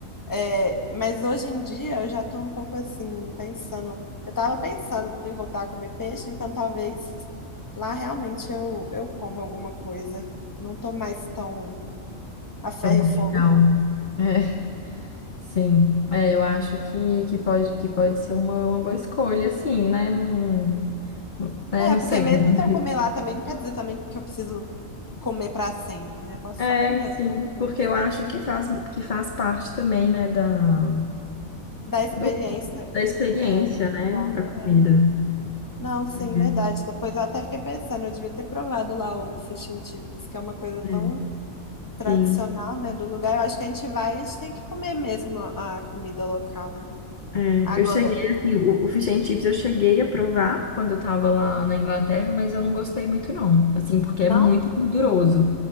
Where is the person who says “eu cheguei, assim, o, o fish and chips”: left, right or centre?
Left